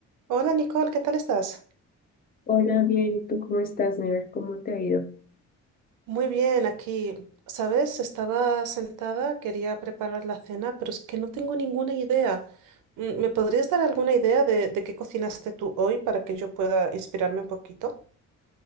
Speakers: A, on the right; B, on the left.
A: Hola Nicole, ¿qué tal estás?
B: Hola, bien, ¿y tú cómo estás, Never? ¿Cómo te ha ido?
A: Muy bien, aquí, ¿sabes? Estaba sentada, quería preparar la cena, pero es que no tengo ninguna idea. Mm, ¿Me podrías dar alguna idea de, de qué cocinaste tú hoy para que yo pueda inspirarme un poquito?